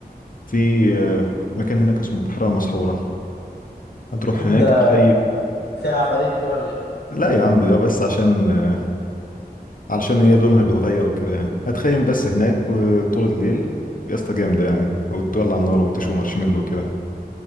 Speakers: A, on the left; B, on the left.
A: في آه، مكان هناك اسمه البحيرة المسحورة هتروح
B: <laughs>
A: هناك
B: ده
A: تخيم
B: في عفاريت دي ولا ايه
A: لا يا عم ده بس عشان آه، علشان هي لونها بيتغير وكده يعني هتخيم بس هناك وطول الليل يا اسطى جامدة يعني وتولع النار وتشوي مارشميلو وكده